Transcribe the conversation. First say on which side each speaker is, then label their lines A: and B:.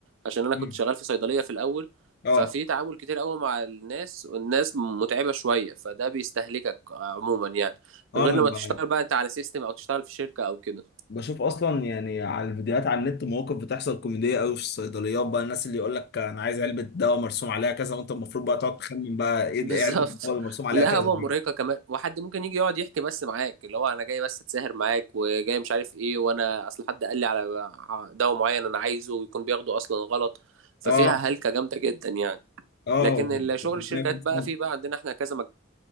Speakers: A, on the right; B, on the left.
A: عشان انا
B: مم.
A: كنت شغال في صيدلية في الاول
B: اه
A: ففي تعامل كتير قوي مع الناس والناس متعبة شوية فده بيستهلكك عموما يعني
B: انا
A: غير لما
B: معاك.
A: تشتغل بقى انت على سيستم او تشتغل في شركة او كده
B: بشوف اصلا يعني على الفيديوهات على النت مواقف بتحصل كوميديه قوي في الصيدليات بقى الناس اللي يقول لك انا عايز علبه دواء مرسوم عليها كذا وانت المفروض بقى تقعد تخمن بقى ايه
A: بالظبط
B: ايه علبه الدواء اللي مرسوم عليها
A: القهوة
B: كذا دي
A: مرهقة كمان وحد ممكن يجي يقعد يحكي بس معاك اللي هو انا جاي بس اتساهر معاك وجاي مش عارف ايه وانا اصل حد قال لي على دواء معين انا عايزه ويكون بياخده اصلا غلط ففيها
B: اه
A: هلكة جامدة جدا يعني
B: اه
A: لكن ال- شغل
B: ربنا
A: الشركات
B: يكون
A: بقى
B: في عونك.
A: فيه بقى عندنا احنا كذا